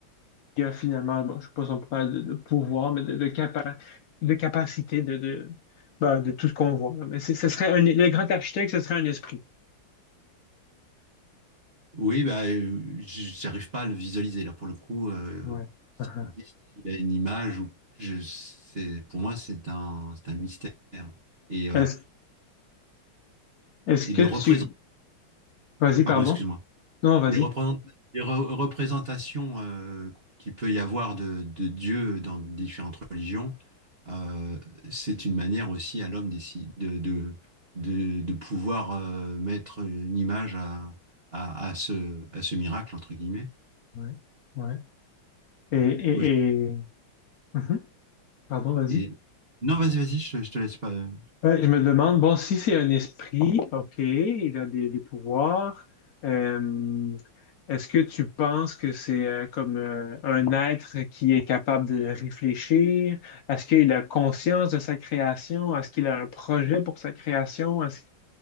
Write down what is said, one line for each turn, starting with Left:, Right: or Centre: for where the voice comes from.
Left: qui a finalement, bon, je ne sais pas si on peut parler de, de pouvoir, mais de, de, capa- de capacité de, de, ben, de tout ce qu'on voit. là. Mais c'est- ce serait un, le grand architecte, ce serait un esprit.
Right: oui, bah, euh, j- j'arrive pas à le visualiser. Là, pour le coup, euh,
Left: Ouais,
Right: s'il
Left: Mhm.
Right: existe, s'il a une image, ou je, c'est, pour moi, c'est un, c'est un mystère. Et, euh,
Left: Est-ce, est-ce
Right: et
Left: que
Right: de le
Left: tu...
Right: représenter.
Left: Vas-y,
Right: Pardon,
Left: pardon.
Right: excuse-moi.
Left: Non, vas-y.
Right: Et Les représent- les re- représentations euh, qu'il peut y avoir de, de Dieu dans différentes religions, euh, c'est une manière aussi à l'homme d'essayer- de, de, de, de pouvoir euh, mettre une image à, à, à ce, à ce miracle, entre guillemets.
Left: ouais, ouais. Et, et,
Right: Moi, je-
Left: et... Mhm. Pardon, vas-y.
Right: et... Non, vas-y, vas-y, je, te je te laisse pas. euh,
Left: Ouais, je me demande, bon, si c'est un esprit, OK, il a des, des pouvoirs, euh, est-ce que tu penses que c'est euh, comme euh, un être qui est capable de réfléchir? Est-ce qu'il a conscience de sa création? Est-ce qu'il a un projet pour sa création? Est-ce-